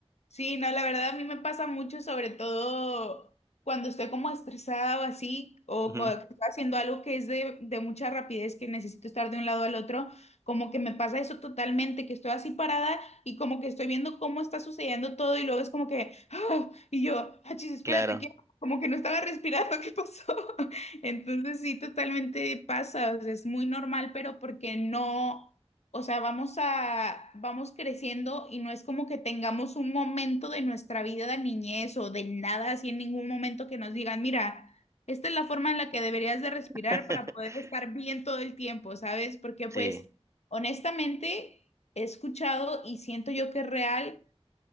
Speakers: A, on the left; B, on the right.
A: Sí, no, la verdad a mí me pasa mucho, sobre todo cuando estoy como estresada o así, o
B: Ujú,
A: cuando estoy haciendo algo que es de, de mucha rapidez, que necesito estar de un lado al otro, como que me pasa eso totalmente, que estoy así parada y como que estoy viendo cómo está sucediendo todo y luego es como que, "Ah", y yo, achis, espérate,
B: Claro,
A: que como que no estaba respirando, <laughs> ¿qué pasó? <laughs> Entonces sí, totalmente pasa, o sea, es muy normal, pero porque no o sea, vamos a, vamos creciendo y no es como que tengamos un momento de nuestra vida de niñez o de nada, así en ningún momento que nos digan, mira, esta es la forma en la que deberías de respirar
B: <laughs>
A: para poder estar bien todo el tiempo, ¿sabes? Porque
B: sí,
A: pues honestamente he escuchado y siento yo que es real